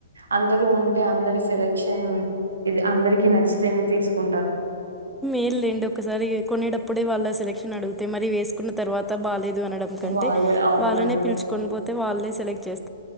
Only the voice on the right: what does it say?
అందరూ ఉంటే అందరి సెలక్షన్ ఇది అందరికి నచ్చితేనే తీసుకుం
వాళ్ళు అవునండి